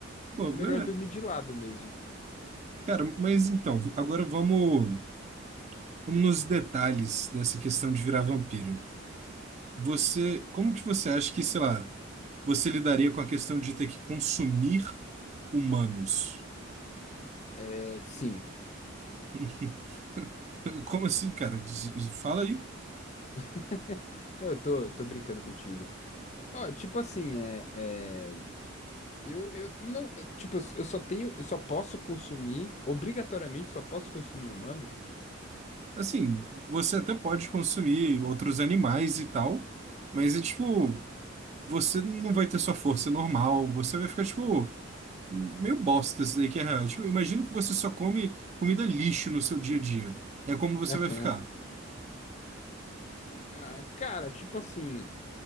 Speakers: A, on the right; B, on the left.
A: Pô,
B: É melhor
A: é,
B: dormir de lado mesmo.
A: cara, mas então, agora vamos. nos detalhes dessa questão de virar vampiro. Você, como que você acha que, sei lá, você lidaria com a questão de ter que consumir humanos?
B: É, sim.
A: <laughs> Como assim, cara? Diz- diz- Fala aí.
B: <laughs> Não, eu tô, tô brincando contigo. Ó, tipo assim, é, é, eu, eu não, é, tipo, eu só tenho, eu só posso consumir, obrigatoriamente, só posso consumir humanos.
A: Assim, você até pode consumir outros animais e tal, mas é tipo, você não vai ter sua força normal, você vai ficar tipo meio bosta isso daí que é real. Tipo, imagino que você só come comida lixo no seu dia
B: <laughs>
A: a dia. É como você
B: Aham.
A: vai ficar.
B: Ah, cara, tipo assim,